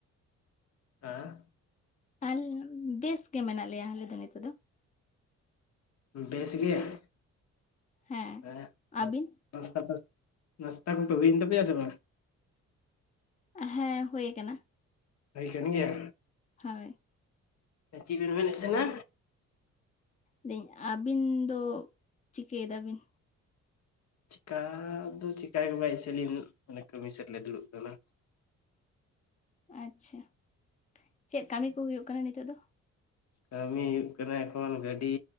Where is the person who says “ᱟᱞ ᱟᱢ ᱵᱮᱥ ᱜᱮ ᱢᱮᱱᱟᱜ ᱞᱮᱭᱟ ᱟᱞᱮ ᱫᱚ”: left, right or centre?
Left